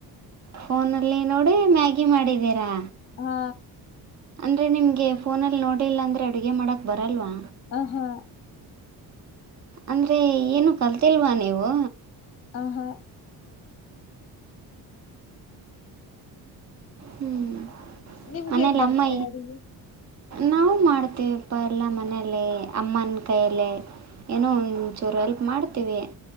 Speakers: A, on the right; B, on the left.
A: ಫೋನಲ್ಲಿ ನೋಡಿ ಮ್ಯಾಗಿ ಮಾಡಿದೀರಾ
B: ಹ್ಮ
A: ಅಂದ್ರೆ ನಿಮ್ಗೆ ಫೋನಲ್ಲಿ ನೋಡಿಲ್ಲ ಅಂದ್ರೆ ಅಡುಗೆ ಮಾಡಕ್ ಬರ ಅಲ್ವಾ
B: ಹ ಹಾ
A: ಅಂದ್ರೆ. ಏನು ಕಲ್ತಿಲ್ವಾ ನೀವು.
B: ಆ ಹಾ.
A: ಹ್ಮ್
B: ನಿಮ್ಗೇನ್
A: ಮನೇಲ್ಲ
B: ಬರುತ್ತೆ
A: ಅಮ್ಮಾ
B: ಅಡಿಗೆ
A: ನಾವು ಮಾಡ್ತೇವೆ. ಅಪ್ಪ ಎಲ್ಲ ಮನಲಿ ಅಮ್ಮನ ಕೈಯಲ್ಲಿ ಏನೋ ಒಂಚೂರು ಹೆಲ್ಪ್ ಮಾಡ್ತೀವಿ.